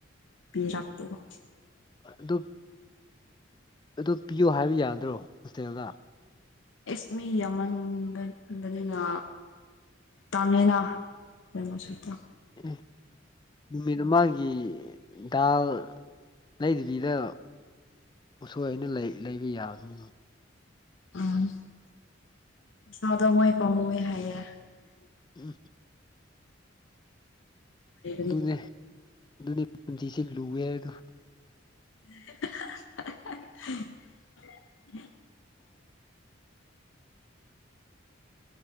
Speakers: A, on the left; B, on the left.
A: ꯄꯤ ꯔꯥꯛꯇꯕ
B: ꯑꯗꯨꯗꯨ ꯑꯗꯨ ꯄꯤꯌꯨ ꯍꯥꯏꯕ ꯌꯥꯗ꯭ꯔꯣ ꯍꯣꯇꯦꯜꯗ
A: ꯑꯦꯁ ꯃꯤ ꯌꯥꯝꯃꯟꯕꯟꯕꯅꯤꯅ ꯇꯥꯡꯉꯦꯅ ꯗꯃꯣ ꯁꯇ
B: ꯑꯦ ꯅꯨꯃꯤꯠ ꯑꯃꯒꯤꯒꯤ ꯗꯥꯜ ꯂꯩꯕꯤꯗ ꯎꯁꯣꯏ ꯑꯅ ꯂꯩꯕ ꯌꯥꯕꯅꯤꯅ
A: ꯎꯝ ꯁꯥꯗ ꯃꯣꯏ ꯄꯝꯝꯕꯋ ꯍꯥꯏꯔ
B: ꯎꯝ
A: ꯍꯥꯏ
B: ꯑꯗꯨꯅꯦ ꯑꯗꯨꯅꯦ ꯄꯨꯟꯁꯤꯁꯦ ꯂꯨꯋꯦ ꯍꯥꯏꯗꯣ
A: <unintelligible>